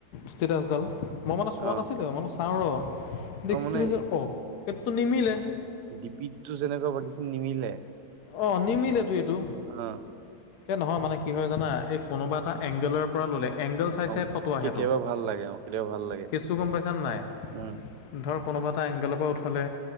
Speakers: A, on the left (about 75°); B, on the right (about 80°).
A: ষ্টেটাছডাল মই মানে চোৱা
B: অ
A: নাছিলোঁ মানে চাওঁ ৰ' দেখিলোঁ
B: অ মানে
A: যে অ, এইটোতো নিমিলে '-
B: ডিপিত টো যেনেকুৱা বাকী খিনি নিমিলে
A: অ', নিমিলেটো এইটো।
B: অ',
A: এ নহয় মানে কি হয় জানা এই কোনোবা এটা এংগলৰ পৰা ল'লে এংগল চাই
B: অ
A: চাই ফটো আহে।
B: কেতিয়াবা ভাল লাগে অ', কেতিয়াবা ভাল লাগে
A: কেচটো গম পাইচ নাই?
B: উম
A: ধৰক কোনোবা এটা এংগেলৰ পৰা উঠালে